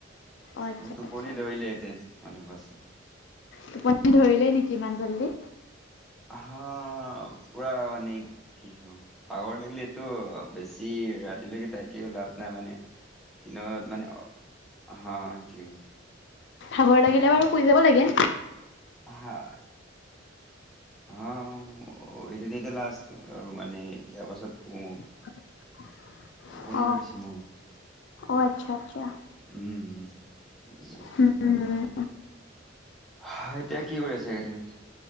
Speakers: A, on the left; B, in the centre.
A: অ', আচ্ছা
B: মোৰতো টোপনি
A: আচ্ছা।
B: ধৰিলেহেঁতেন অলপ পাছত।
A: টোপনি ধৰিলেই নেকি ইমান জল্দী?
B: হ, পুৰা মানে কি ভাগৰ লাগিলেটো বেছি ৰাতিলৈকে থাকিও লাভ নাই মানে দিনত মানে অ', সেইটোৱে।
A: ভাগৰ লাগিলে বাৰু শুই যাব লাগে।
B: হা। অ', এটো এতিয়া লাষ্ট আৰু মানে ইয়াৰ পাছত শু।
A: <inaudible>
B: টোপনি
A: অ',
B: ধৰিছে মোৰ।
A: অ', আচ্ছা আচ্ছা।
B: উম।
A: উম,
B: হয়, এতিয়া কি কৰি আছা চাগে তুমি?